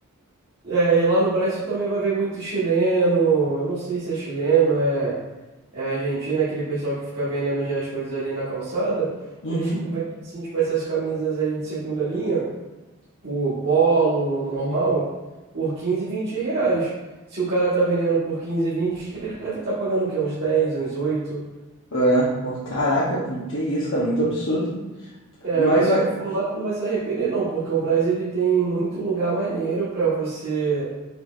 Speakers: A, on the right; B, on the left.
A: é, e lá no Brasil também vai ver muito chileno. Eu não sei se é chileno, é, é argentino, aquele pessoal que fica vendendo já as coisas ali na calçada,
B: Uhum.
A: que eles vendem, assim, tipo, essas camisas aí de segunda linha. por polo normal por 15, 20 reais. Se o cara tá vendendo por 15, vinte ele deve estar pagando o quê? Uns dez uns oito
B: É. Pô, Caraca, que, que isso, cara. Muito absurdo.
A: É,
B: Mas,
A: mas
B: mas...
A: se tu for lá, tu não vai se arrepender, não, porque o Brás ele tem muito lugar maneiro para você